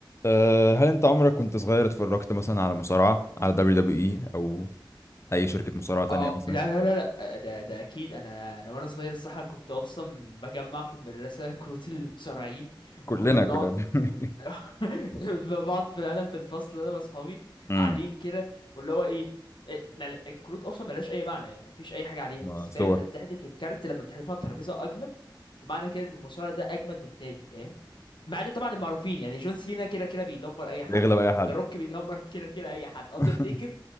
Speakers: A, on the left; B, on the left.
A: أه هل انت عمرك وانت صغير اتفرجت مثلا على مصارعة على دبليو دبليو اي او اي شركة مصارعة تانية
B: اه
A: مثلا
B: لا لا لا لا آه، ده ده اكيد انا انا وانا صغير الصراحه كنت اصلا بجمع في المدرسه <laughs> كروت المصارعين
A: كلنا
B: وكنا بنقعد
A: كنا بن-
B: ن-
A: <laughs>
B: <laughs> بقعد فعلا في الفصل انا واصحابي
A: امم
B: قاعدين كده واللي هو ايه إيه، مل- الكروت اصلا ملهاش اي معنى يعني مفيش اي حاجه عليها
A: ما
B: بس
A: صور
B: فاهم انت بتحذف الكارت لما بتحذفه على الترابيزه اجمد فمعنى كده ان المصارع ده اجمد من التاني فاهم مع ده طبعا المعروفين يعني جون سينا كده كده بيدمر اي حد
A: بيغلب اي حد
B: ذا روك بيدمر <laughs> كده كده اي حد اندرتيكر
A: <laughs>